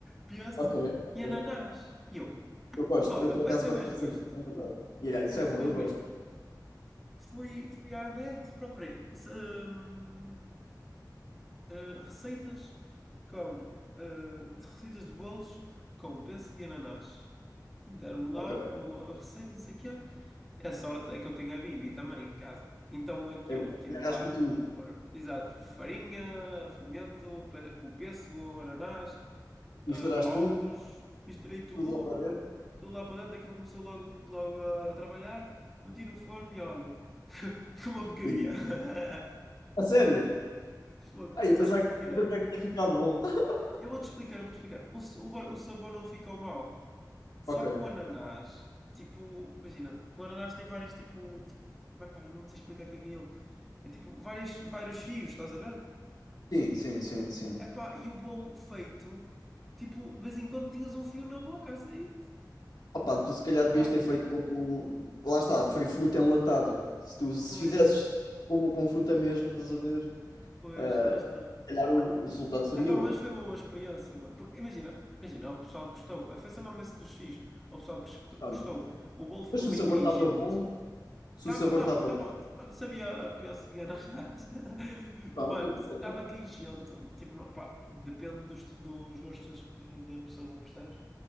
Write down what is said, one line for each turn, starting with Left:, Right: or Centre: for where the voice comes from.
Centre: pêssego
Left: ok, ok.
Centre: e ananás. E eu,
Left: Eu gosto,
Centre: olha,
Left: eu por
Centre: vai
Left: acaso
Centre: ser
Left: gosto
Centre: mesmo
Left: dessa.
Centre: isto.
Left: coisa. Yeah, isso
Centre: Vai
Left: é
Centre: ser
Left: bom,
Centre: mesmo
Left: eu gosto.
Centre: isto. Fui, fui à net, procurei se- hum, eh, receitas com eh, receitas de bolos com pêssego e ananás. E Deram-me lá
Left: Ok.
Centre: o- a receita, não sei o quê. E a sorte é que eu tenho a Bimbi também em casa. Então aquilo,
Left: É,
Centre: tive lá,
Left: arrasca tudo.
Centre: a pôr, exato, farinha, fermento, pe- o pêssego, ananás,
Left: Misturaste
Centre: eh, ovos,
Left: tudo,
Centre: misturei tudo,
Left: tudo lá para dentro.
Centre: tudo lá para dentro, aquilo começou logo, logo a trabalhar, meti no forno e olha, <laughs> foi uma porcaria.
Left: E...
Centre: <laughs>
Left: A sério?
Centre: Foi.
Left: Ai, eu pensava
Centre: Sabes porquê?
Left: que, eu pensava que tinha ficado bom. <laughs>
Centre: Eu vou-te explicar, eu vou-te explicar. O, s- o, bar- o sabor não ficou mau, só
Left: Ok.
Centre: que o ananás, tipo, imagina, o ananás tem vários, tipo, mas pá, não te explicar o que é que é É tipo várias, vários fios, estás a ver?
Left: Sim, sim, sim, sim.
Centre: Epá, e o bolo feito, tipo, de vez em quando tinhas um fio na boca a sair.
Left: Opa, tu se calhar
Centre: Epá,
Left: devias ter feito com. Lá está, foi fruta enlatada. Se tu se
Centre: pois,
Left: fizesses como com fruta mesmo, estás a ver?
Centre: pois,
Left: ah,
Centre: lá está.
Left: se calhar o, o resultado seria
Centre: Epá,
Left: outro.
Centre: mas foi uma boa experiência, mano. Porque, imagina, imagina, o pessoal gostou. Foi só mesmo esse dos fios. O pessoal que escutou-
Left: Pronto.
Centre: gostou. O bolo ficou
Left: Mas se
Centre: meio
Left: o sabor
Centre: queijento.
Left: estava bom, se
Centre: Tava,
Left: o sabor
Centre: tava,
Left: estava
Centre: tava.
Left: bom.
Centre: mano, Sabia a pior seguia na raça. <laughs>
Left: Pronto,
Centre: Mano, estava
Left: ok.
Centre: queijento. Tipo, não, pá, depende dos, dos gostos das- de- da pessoa, percebes?